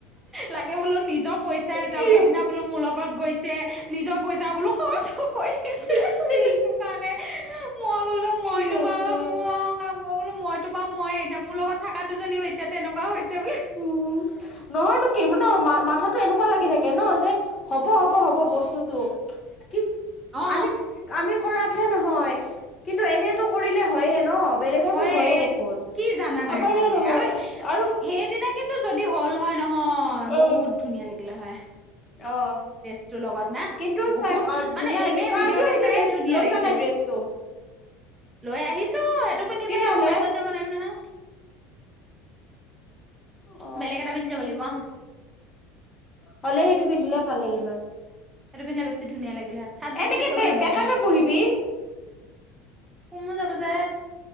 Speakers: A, on the right; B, on the left.
A: লাগে বোলো নিজক পইচাই যাওক
B: কি
A: সেইদিনা বোলো মোৰ লগত গৈছে। নিজৰ পইচা বোলো খৰছ হ'ব। কৈছে
B: হব
A: ৰিলটো কাৰণে মই বোলো মইতো
B: কি হ'ব
A: বাৰু ম মই বোলো মইতো বাৰু মই এতিয়া মোৰ লগত। থকা দুজনীও এতিয়া তেনেকুৱা হৈছে বোলো
B: উম নহয়নো কি মা মাথ- কথাটো এনেকুৱা লাগি থাকে ন যে হ'ব হ'ব হ'ব বস্তুতটো। কি
A: অ
B: আমি আমি কৰাত। নহয় কিন্তু এনেতটো কৰিলে হয়য়ে ন। বেলেগতো
A: হয়ে
B: হয় দেখোন।
A: কি জানা নাই
B: আমাৰহে
A: মানে
B: নহয়
A: আৰু
B: আৰু
A: সেইদিনা কিন্তু যদি হ'ল হয় নহয়
B: অ
A: বহুত ধুনীয়া লাগিলে হয়।
B: অ
A: ড্ৰেছটো লগত না?
B: কিন্তু
A: বহুত
B: চাই অ
A: মানে
B: ধুনীয়া
A: এনে
B: লাগে তই
A: ভিডিঅ'
B: আজিও
A: কেইটাই
B: সেইটো ড্ৰেছ
A: ধুনীয়া
B: লৈ
A: লাগিছিল।
B: যোৱা নাই ড্ৰেছটো
A: লৈ আহিছো। টো পিন্ধি
B: তেতিয়াহ'লে
A: পেলাই আকৌ বাইকত যাব নোৱাৰিম নহয়।
B: অ
A: বেলেগ এটা পিন্ধ যাব লাগিব আও।
B: হলে সেইটো পিন্ধিলে ভাল লাগিল হয়।
A: সেইটো পিন্ধিলে বেছি ধুনীয়া লাগিলে হয়। চাত জি
B: এনেকে
A: পি তিত কৈ
B: বে
A: পেলাই বনে।
B: বেকাকে বহিবি
A: কমো যাব যে।